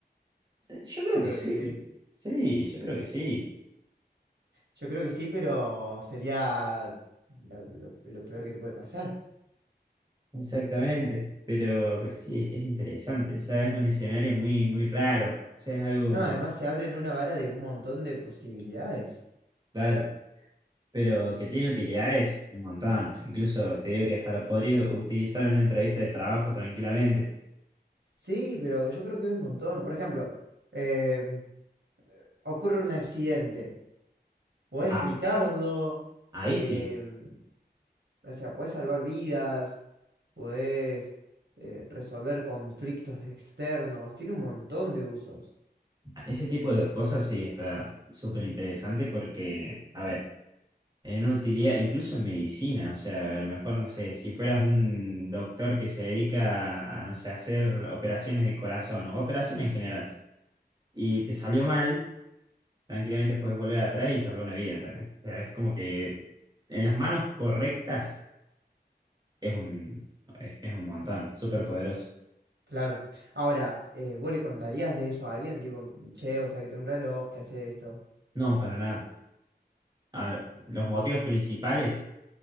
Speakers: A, on the right; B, on the right.
A: Eh, Yo creo
B: Yo
A: que
B: creo
A: sí.
B: que sí.
A: Sí, yo creo que sí.
B: Yo creo que sí, pero sería lo, lo- lo peor que te puede pasar.
A: Exactamente. Pero, pero sí, es interesante. O sea, es un escenario muy, muy raro. O sea, es algo
B: No,
A: como,
B: además se abren una vara de un montón de posibilidades.
A: claro, pero que tiene utilidades un montón. Incluso te digo que hasta lo podría utilizar en una entrevista de trabajo tranquilamente.
B: Sí, pero yo creo que hay un montón. Por ejemplo, em, ocurre un accidente, podés
A: Ah,
B: evitarlo,
A: ahí
B: em,
A: sí.
B: o sea, podés salvar vidas, podés eh, resolver conflictos externos, tiene un montón de usos.
A: Ese tipo de cosas sí está súper interesante porque, a ver, en una utilidad, incluso en medicina, o sea, a lo mejor, no sé, si fueras un doctor que se dedica a, no sé, a hacer operaciones de corazón o operaciones en general, y te salió mal, tranquilamente puedes volver atrás y salvar una vida, ¿entendés? O sea, es como que en las manos correctas es un, es un montón, súper poderoso.
B: Claro. Ahora, eh, ¿vos le contarías de eso a alguien? Tipo, che, o sea, que tengo un reloj que hace esto.
A: No, para nada. A ver, los motivos principales.